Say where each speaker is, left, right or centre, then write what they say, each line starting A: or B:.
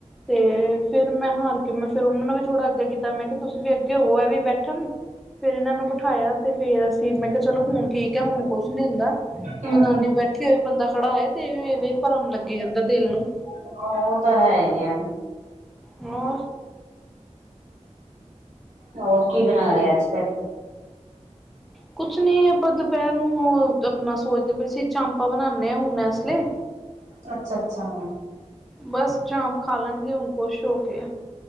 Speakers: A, in the centre; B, on the right.
A: ਤੇ ਫੇਿਰ ਮੈਂ ਹਾਰ ਕੇ ਮੈਂ ਫੇਿਰ ਉਹਨਾਂ ਨੂੰ ਵੀ ਥੋੜਾ ਅੱਗੇ ਕੀਤਾ ਮੈਂ ਕਿਹਾ ਤੁਸੀਂ ਵੀ ਅੱਗੇ ਗੇ ਹੋਵੋ ਏ ਵੀ ਬੈਠਣ ਫੇਰ ਇਹਨਾਂ ਨੂੰ ਬਿਠਾਇਆ ਤੇ ਫੇਰ ਅਸੀਂ ਮੈਂ ਕਿਹਾ ਚਲੋ ਹੁਣ ਠੀਕ ਹੈ ਹੁਣ ਕੁਛ ਨੀ ਹੁੰਦਾ।
B: ਹੂੰ
A: ਜਨਾਨੀ ਬੈਠੀ ਹੋਏ ਬੰਦਾ ਖੜਾ ਹੋਵੇ ਤੇ ਇਹ ਵੀ ਵੇਖ-ਵੇਖ ਭਰਮ ਲੱਗੀ ਜਾਂਦਾ ਦਿਲ ਨੂੰ।
B: ਹਾਂ ਉਹ ਤਾਂ ਹੈ ਹੀ ਆ।
A: ਹੋ।
B: ਹੋਰ ਕੀ ਬਣਾ ਰਹੇ ਅੱਜ ਫਿਰ?
A: ਕੁਛ ਨਹੀਂ ਆਪਾਂ ਦੁਪਹਿਰ ਨੂੰ ਓਹ ਆਪਣਾ ਸੋਚਦੇ ਪਏ ਸੀ ਚਾਪਾ ਬਣਾਉਦੇ ਹਾਂ ਹੁਣ ਏਸਲੇ
B: ਅੱਛਾ-ਅੱਛਾ
A: ਬਸ ਚਾਂਪ ਖਾ ਲੈਣਗੇ ਹੁਣ ਖੁਸ਼ ਹੋ ਕੇ।